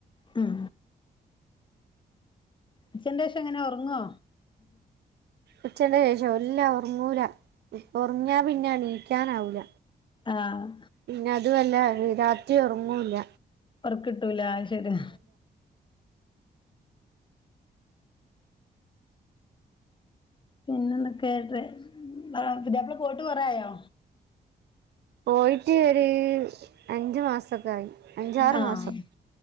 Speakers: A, on the left; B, on the right.
A: ഉം ഉച്ഛന്റെഷം എങ്ങനാ ഒറങ്ങോ?
B: ഉച്ചന്റെ ശേഷോ ഇല്ല ഒറങ്ങൂല ഇപ്പ ഒറങ്ങിയാ പിന്നെ ഇണീക്കാനാവൂല
A: ആഹ്
B: പിന്നെ അതുവല്ല വി രാത്രി ഒറങ്ങോല്ല
A: ഒറക്ക് കിട്ടൂല അത് ശരിയാ പിന്നെന്തൊക്കെ ട്രെ ഉം അ പുതിയാപ്പള പോയിട്ട് കൊറെ ആയോ?
B: പോയിറ്റ് ഒരു അഞ്ചു മാസൊക്കെ ആയി അഞ്ചാറ്
A: ആഹ്
B: മാസം